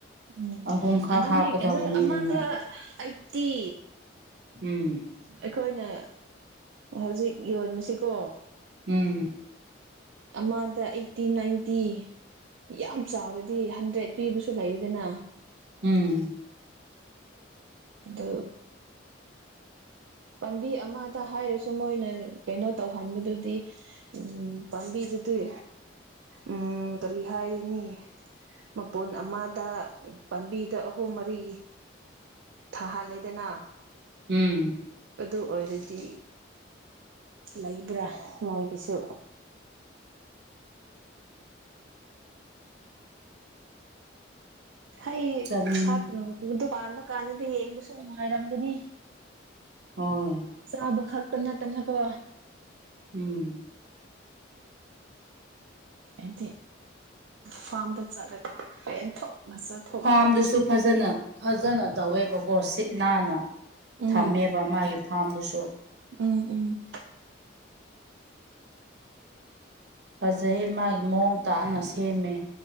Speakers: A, on the right; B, on the right.
A: ꯎꯝ
B: ꯑꯍꯨꯝꯈꯛ
A: ꯑꯗꯨꯅꯤ
B: ꯍꯥꯞꯀꯗꯧꯕꯅꯤꯅ
A: ꯀꯩꯅꯣ ꯑꯃꯗ ꯑꯩꯠꯇꯤ
B: ꯎꯝ
A: ꯑꯩꯈꯣꯏꯅ ꯍꯧꯖꯤꯛ ꯌꯣꯟꯕꯁꯤꯀꯣ
B: ꯎꯝ
A: ꯑꯃꯗ ꯑꯩꯠꯇꯤ ꯅꯥꯏꯟꯇꯤ ꯌꯥꯝ ꯆꯥꯎꯔꯗꯤ ꯍꯟꯗ꯭ꯔꯦꯗ ꯄꯤꯕꯁꯨ ꯂꯩꯗꯅ
B: ꯎꯝ
A: ꯑꯗꯨ ꯄꯥꯝꯕꯤ ꯑꯃꯗ ꯍꯥꯏꯔꯁꯨ ꯃꯣꯏꯅ ꯀꯩꯅꯣ ꯇꯧꯍꯟꯕꯗꯨꯗꯤ ꯎꯝ ꯄꯝꯕꯤꯗꯨꯗꯤ ꯎꯝ ꯀꯔꯤ ꯍꯥꯏꯔꯨꯅꯤ ꯃꯄꯨꯟ ꯑꯃꯗ ꯄꯥꯝꯕꯤꯗ ꯑꯍꯨꯝ ꯃꯔꯤ ꯊꯥꯍꯜꯂꯦꯗꯅ
B: ꯎꯝ
A: ꯑꯗꯨ ꯑꯣꯏꯔꯗꯤ ꯂꯩꯕ꯭ꯔꯥ ꯃꯣꯏꯒꯤꯁꯨ ꯍꯩ
B: ꯆꯠꯅꯤꯡꯉꯤ
A: ꯁꯥꯠꯗꯨ ꯄꯥꯟꯕꯥꯟꯕ ꯀꯥꯟꯗꯗꯤ ꯌꯦꯡꯕꯁꯨ ꯅꯨꯡꯉꯥꯏꯔꯝꯒꯅꯤ
B: ꯎꯝ
A: ꯆꯥꯕ ꯈꯛꯇ ꯅꯠꯇꯅꯀꯣ
B: ꯎꯝ
A: ꯍꯥꯏꯗꯤ ꯐꯥꯝꯗ ꯆꯠꯂꯒ ꯄꯦꯟꯊꯣꯛꯅ ꯆꯠ
B: ꯐꯥꯝꯗꯨꯁꯨ ꯐꯖꯅ ꯐꯖꯅ ꯇꯧꯋꯦꯕꯀꯣ ꯁꯤꯠ ꯅꯥꯟꯅ
A: ꯎꯝ
B: ꯊꯝꯃꯦꯕ ꯃꯥꯒꯤ ꯐꯥꯝꯗꯨꯁꯨ
A: ꯎꯝ ꯎꯝ
B: ꯐꯖꯩ ꯃꯥꯒꯤ ꯃꯑꯣꯡ ꯇꯥꯅ ꯁꯦꯝꯃꯦ